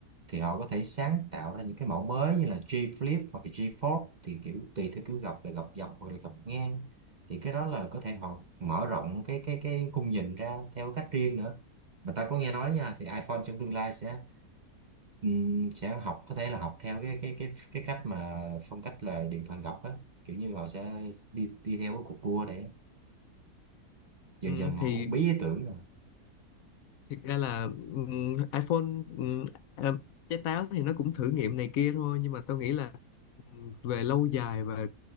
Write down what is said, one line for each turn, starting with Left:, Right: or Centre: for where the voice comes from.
Right: thì họ có thể sáng tạo ra những cái mẫu mới như là G Flip hoặc là G Fold thì kiểu tùy theo kiểu gập là gập dọc hoặc là gập ngang thì cái đó là có thể họ mở rộng cái cái cái khung nhìn ra theo cách riêng nữa mà ta có nghe nói nha thì iPhone trong tương lai sẽ ừm, sẽ học có thể là học theo cái cái cái cái cách mà phong cách là điện thoại gập á kiểu như họ sẽ đi đi theo cái cục cua để dần
Left: ừ,
Right: dần họ
Left: thì
Right: cũng bí ý tưởng
Left: thiệt ra là ừm, iPhone ừm, à, trái táo thì nó cũng thử nghiệm này kia thôi nhưng mà tao nghĩ là ừm, về lâu dài và